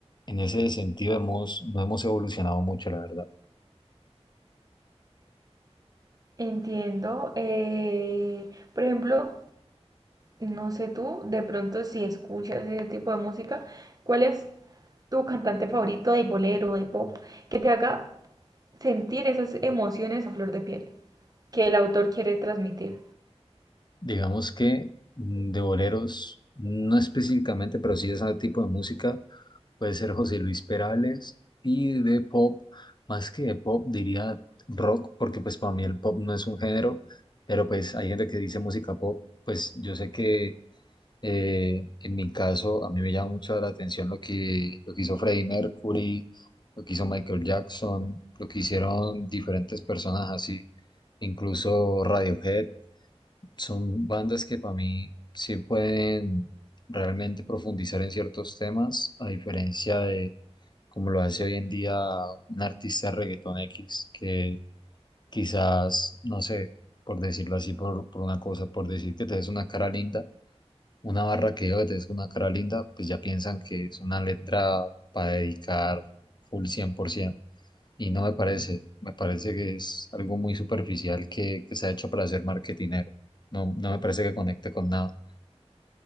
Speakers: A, on the left (about 40°); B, on the right (about 35°).
A: en ese sentido hemos, no hemos evolucionado mucho, la verdad.
B: Entiendo. eh, por ejemplo, no sé tú, de pronto si escuchas ese tipo de música, ¿cuál es tu cantante favorito de bolero, de pop, que te haga sentir esas emociones a flor de piel que el autor quiere transmitir?
A: Digamos que mm, de boleros, no específicamente, pero sí de ese tipo de música. Puede ser José Luis Perales y de pop, más que de pop, diría rock, porque pues para mí el pop no es un género, pero pues hay gente que dice música pop, pues yo sé que eh, en mi caso a mí me llama mucho la atención lo que, lo que hizo Freddie Mercury, lo que hizo Michael Jackson, lo que hicieron diferentes personas así, incluso Radiohead, son bandas que para mí sí pueden realmente profundizar en ciertos temas, a diferencia de como lo hace hoy en día un artista de reggaetón X, que quizás, no sé, por decirlo así, por, por una cosa, por decir que te des una cara linda, una barra que diga que te des una cara linda, pues ya piensan que es una letra para dedicar full 100%. Y no me parece, me parece que es algo muy superficial que, que se ha hecho para hacer marketinero. No, no me parece que conecte con nada.